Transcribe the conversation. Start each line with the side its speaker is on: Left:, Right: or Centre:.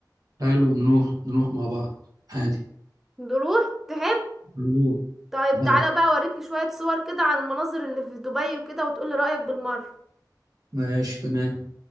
Right: حلو نروح نروح مع بعض عادي
Centre: نروح تحب
Right: نروح
Centre: طيب
Right: حلو
Centre: تعالى بقى اوريكي شوية صور كده عن المناظر اللي في دبي وكده وتقولي رأيك بالمرة
Right: ماشي تمام